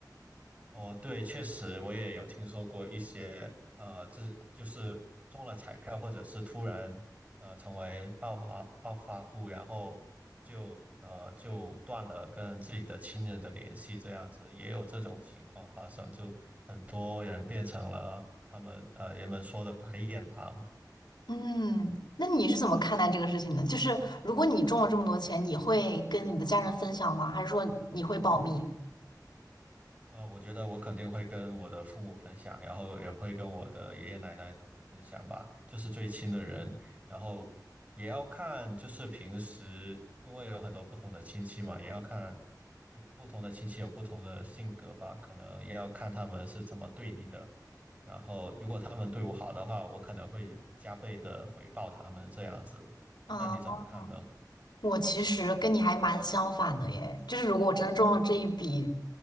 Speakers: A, on the right; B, on the left.
A: 哦，对，确实我也有听说过一些，呃，这就是中了彩票，或者是突然呃成为暴发暴发户，然后就呃就断了跟自己的亲人的联系，这样子也有这种情况发生，就很多人变成了他们呃人们说的白眼狼，
B: 嗯，那你是怎么看待这个事情的？就是如果你中了这么多钱，你会跟你的家人分享吗？还是说你会保密？
A: 啊，我觉得我肯定会跟我的父母分享，然后也会跟我的爷爷奶奶他们分享吧，就是最亲的人。然后也要看，就是平时因为有很多不同的亲戚嘛，也要看，就不同的亲戚有不同的性格吧，可能也要看他们是怎么对你的。然后如果他们对我好的话，我可能会加倍的回报他们这样子。那你怎么看呢？
B: 嗯。我其实跟你还蛮相反的耶，就是如果我真的中了这一笔